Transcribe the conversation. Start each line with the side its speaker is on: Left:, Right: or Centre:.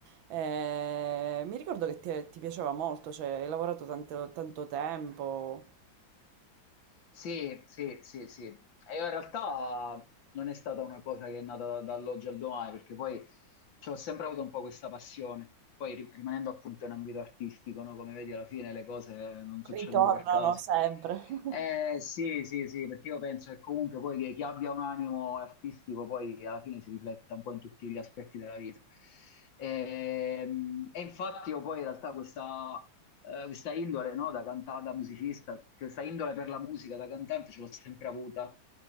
Right: Eh, mi ricordo che ti, ti piaceva molto, cioè hai lavorato tanto, tanto tempo,
Left: Sì, sì, sì, sì. E in realtà non è stata una cosa che è nata dall'oggi al domani, perché poi ci ho sempre avuto un po' questa passione. Poi ri- rimanendo appunto in ambito artistico, no? Come vedi, alla fine le cose non succedono
Right: ritornano
Left: per caso.
Right: sempre. <laughs>
Left: Eh, sì, sì, sì, perché io penso che comunque poi chi, chi abbia un animo artistico poi alla fine si rifletta un po' in tutti gli aspetti della vita. E, e infatti io poi in realtà questa, eh, questa indole, no, da cantata, da musicista, questa indole per la musica, da cantante ce l'ho sempre avuta.